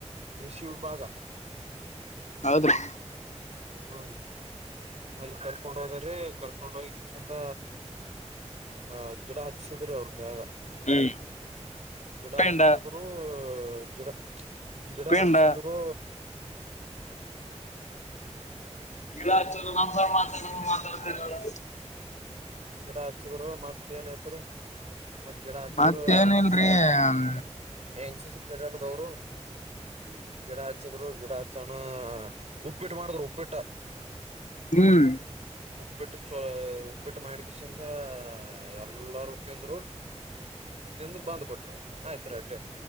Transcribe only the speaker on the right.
ಕೃಷಿ ವಿಭಾಗ
ಹ್ಮ ರೀ ಅಲ್ಲಿ ಕರ್ಕೊಂಡ್ ಹೋದ್ರೀ ಕರ್ಕೊಂಡ್ ಹೋಗಕ್ಷಿಂದ ಹ ಜಡ ಹಸದ್ರಿ ಅವ್ರಗಾಗ
ಗಿಡ
ಹಚ್ಚಸಿದ್ರರು ಚಡಾ ಗಿಡ
ಹಚ್ಚಸಿದ್ರು
ಗಿಡ ಹಚ್ಚಿದ್ರು ಮತ್ತ್ ಏನ್ ಐತ್ರಿ ಮತ್ತ್ ಗಿಡ ಹಚ್ಚದ್ರು
ಎನ್ಸ ಸಿ
ಎನ್ ಕೆಡಾಟದವರು ಗಿಡ ಹಚ್ಚದ್ರು ಗಿಡ ಹಚ್ಚೋಣ ಉಪ್ಪಿಟ್ಟು ಮಾಡಿದ್ರರು ಉಪ್ಪಿಟ್ಟ
ಉಪ್ಪಿಟ್ಟು ಚ ಉಪ್ಪಿಟ್ಟು ಮಾಡಗಷಿಂದ ಎಲ್ಲಾರು ತಿಂದ್ರು ತಿಂದು ಬಂದ್ ಬಿಟ್ರು ಆಯ್ತ್ ರೀ ಅಟ್ಟೆ